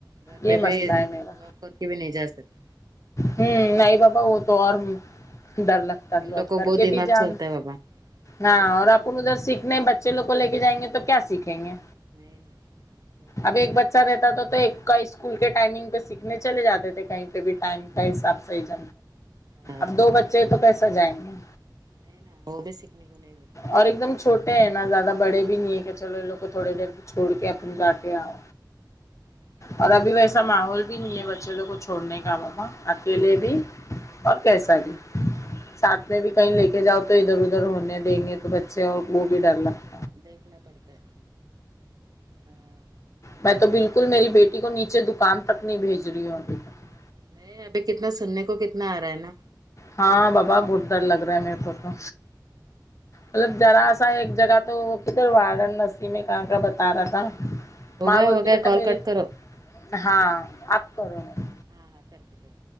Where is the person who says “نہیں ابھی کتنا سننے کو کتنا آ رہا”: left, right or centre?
Right